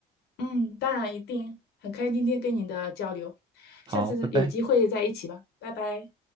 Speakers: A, on the left (about 75°); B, on the right (about 25°).
A: 嗯，当然一定，很开心今天跟你的交流，
B: 好，
A: 下次有机会再一起吧，
B: 拜拜。
A: 拜拜。